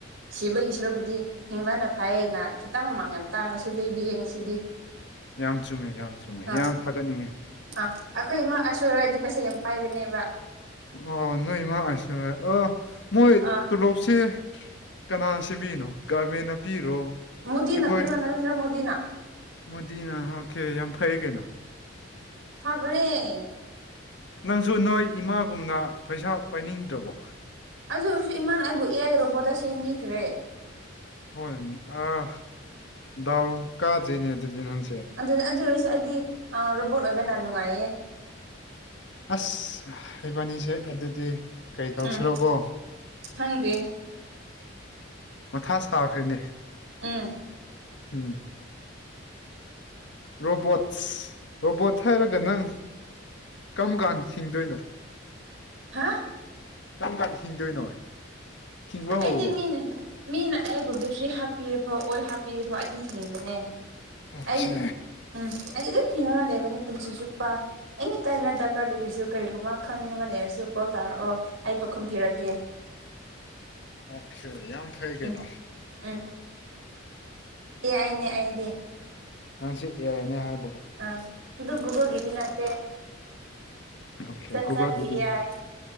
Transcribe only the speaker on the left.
ꯌꯥꯝ ꯆꯨꯝꯃꯦ ꯌꯥꯝ ꯆꯨꯝꯃꯦ ꯌꯥꯝ
ꯊꯥꯒꯠꯅꯤꯡꯉꯦ
ꯑꯣ ꯅꯣꯏ ꯏꯃꯥ ꯑꯥꯏꯁꯣꯔꯥꯏ ꯑꯣ ꯃꯣꯏ
ꯇꯨꯂꯣꯞꯁꯤ ꯀꯅꯥꯅ ꯁꯦꯝꯕꯤꯔꯤꯅꯣ ꯒꯚꯔꯃꯦꯟꯅ ꯄꯤꯔꯣ
ꯑꯩꯈꯣꯏ
ꯃꯣꯗꯤꯅ ꯑꯣꯀꯦ ꯌꯥꯝ ꯐꯩꯌꯦ ꯀꯩꯅꯣ
ꯅꯪꯁꯨ ꯅꯣꯏ ꯏꯃꯥꯒꯨꯝꯅ ꯄꯩꯁꯥ ꯄꯥꯏꯅꯤꯡꯗ꯭ꯔꯕꯣ
ꯍꯣꯢ ꯑꯥ ꯗꯥꯎ ꯀꯥꯗ꯭ꯔꯦꯅꯦ ꯑꯗꯨꯗꯤ ꯅꯪ
ꯑꯁ ꯑꯩꯕꯥꯅꯤꯁꯦ ꯑꯗꯨꯗꯤ ꯀꯔꯤ ꯇꯧꯁꯤꯔꯥꯀꯣ
ꯃꯊꯥ ꯁꯥꯈ꯭ꯔꯦꯅꯦ
ꯎꯝ ꯔꯣꯕꯣꯠꯁ ꯔꯣꯕꯣꯠ ꯍꯥꯏꯔꯒ ꯅꯪ ꯀꯔꯝ ꯀꯥꯟꯗ ꯁꯤꯡꯗꯣꯏꯅꯣ
ꯀꯔꯝ ꯀꯥꯟꯗ ꯍꯤꯡꯗꯣꯏꯅꯣ ꯍꯤꯡꯕ ꯍꯧꯔꯕꯣ
ꯑꯣꯀꯦ
ꯑꯣꯈꯦ ꯌꯥꯝ ꯐꯩ ꯀꯩꯅꯣ
ꯅꯪꯁꯤ ꯑꯦ ꯑꯥꯏ ꯅꯦ ꯍꯥꯏ
okay
ꯒꯨꯒꯜꯒꯤꯗꯤ